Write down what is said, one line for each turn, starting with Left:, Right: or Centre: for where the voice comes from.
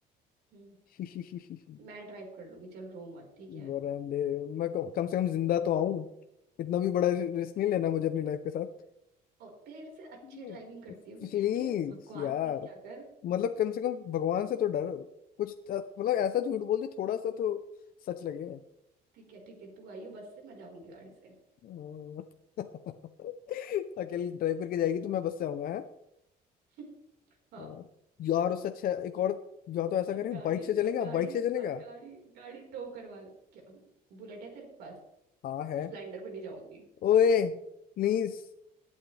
Right: हम्म
Left: <laughs>
Right: मैं ड्राइव कर लूंगी चल रो मत ठीक है
Left: बरामदे मैं कम, कम से कम जिंदा तो आऊं इतना भी बड़ा रिस्क नहीं लेना मुझे अपनी लाइफ के साथ
Right: और तेरे से अच्छी
Left: <laughs>
Right: ड्राइविंग करती है वो
Left: प्लीज
Right: ठीक है बकवास
Left: यार
Right: मत क्या कर
Left: मतलब कम से कम भगवान से तो डरो कुछ तो- मतलब ऐसा झूठ बोल दे थोड़ा सा तो सच लगे
Right: ठीक है ठीक है तू आई हो बस से मैं जाऊंगी गाड़ी से
Left: अह, <laughs> अकेले ड्राइव करके जाएगी तो मैं बस से आऊंगा है
Right: <laughs> हाँ
Left: अह, यार उससे अच्छा एक और या तो ऐसा
Right: और
Left: करें
Right: गाड़ी
Left: बाइक से चलेगा
Right: और गाड़ी
Left: बाइक से चलेगा
Right: और गाड़ी गाड़ी टो करवा लो क्या बुलेट है तेरे पास
Left: हाँ है
Right: स्प्लेंडर पे नहीं जाऊंगी
Left: ओए प्लीज